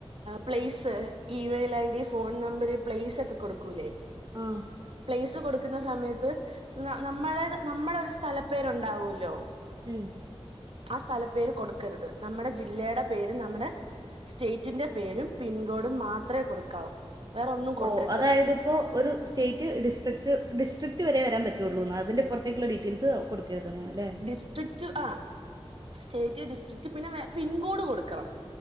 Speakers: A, on the right; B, on the right.
A: place email I D phone number place ഒക്കെ കൊടുക്കൂല്ലേ
B: ആഹ്
A: പ്ലേസ് കൊടുക്കുന്ന സമയത്ത് നമ്മള നമ്മടെ ഒരു സ്ഥല പേരുണ്ടാവൂല്ലോ
B: ഉം
A: ആ സ്ഥല പേര് കൊടുക്കരുത് നമ്മുടെ ജില്ലയുടെ പേര് നമ്മുടെ സ്റ്റേറ്റിന്റെ പേരും പിൻകോഡും മാത്രമേ കൊടുക്കാവൂ വേറെ ഒന്നും കൊടുക്കരുത്
B: ഓ അതായത് ഇപ്പോ ഒരു സ്റ്റേറ്റ് ഡിസ്ട്രിക്ട് ഡിസ്ട്രിക്റ്റ് വരെ വരാൻ പറ്റുള്ളൂ എന്ന് അതിന്റെ പുറത്തേക്കുള്ള ഡീറ്റെയിൽസ് ആകും കൊടുക്കരുതന്ന് അല്ലെ
A: ഡിസ്ട്രിക്റ്റ് ആ സ്റ്റേറ്റ് ഡിസ്ട്രിക്ട് പിന്നെ പിൻ കോഡ് കൊടുക്കണം